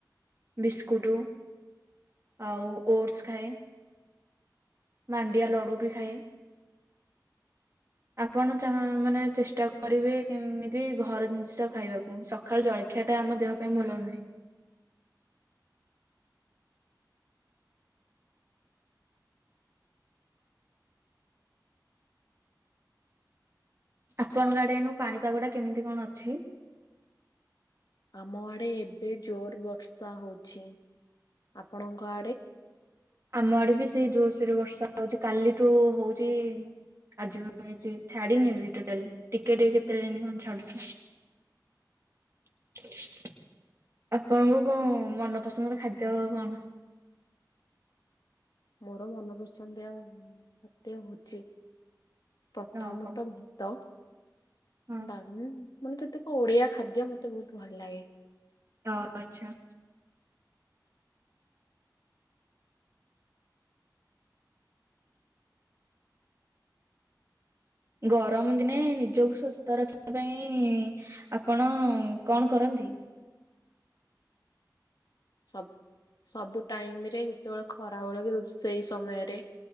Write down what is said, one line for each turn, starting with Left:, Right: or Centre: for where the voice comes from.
Right: ବିସ୍କୁଟ। ଆଉ ଓଟ୍ସ୍ ଖାଏ। ମାଣ୍ଡିଆ ଲଡ଼ୁ ବି ଖାଏ। ଆପଣ ଚା ମାନେ ଚେଷ୍ଟା କରିବେ କେମିତି ଘର ଜିନିଷ ଖାଇବାକୁ ସ ଖାଳେ ଜଳଖିଆ ଟା ଆମ ଦେହ ପାଇଁ ଭଲନୁହେଁ। ଆପଣଙ୍କ ଆଡେ ଏନୁ ପାଣିପାଗ ଟା କେମିତି କଣ ଅଛି?
Left: ଆମ ଆଡେ ଏବେ ଜୋର ବର୍ଷା ହଉଛି ଆପଣଙ୍କ ଆ
Right: ଆମ ଆଡେ ବି ସେଇ ଜୋସିରେ ବର୍ଷା ହଉଛି କାଲିଠୁ ହଉଛି। ଆଜି ମୁଁ ଏ ଛାଡିିନି ବି ଟୋଟାଲି ଟିକେ ଟିକ କେତେବେଳେ ଏମିତି କଣ ଛାଡୁଛି। <inaudible> ଆପଣଙ୍କୁ କଣ ମନପସନ୍ଦର ଖାଦ୍ୟ କଣ?
Left: ମୋର ମନପାସନ୍ଦିଆ ଖାଦ୍ୟ ଭୋଜି ପ୍ରଥମତଃ
Right: ଓହୋ।
Left: ତ
Right: ହଁ।
Left: ଡ଼ାଲମା ମାନେ କେତେକ ଓଡିଆ ଖାଦ୍ୟ ମତେ ବହୁତ ଭଲ ଲାଗେ।
Right: ଅ ଆଚ୍ଛା। ଗରମ ଦିନେ ନିଜକୁ ସୁସ୍ଥ ରଖିବା ପାଇଁ ଆପଣ କଣ କରନ୍ତି?
Left: ସବ ସବୁ ଟାଇମ ରେ ଯେତେବେଳେ ଖରାବେଳେ ବି ରୋ ସେଇ ସମୟରେ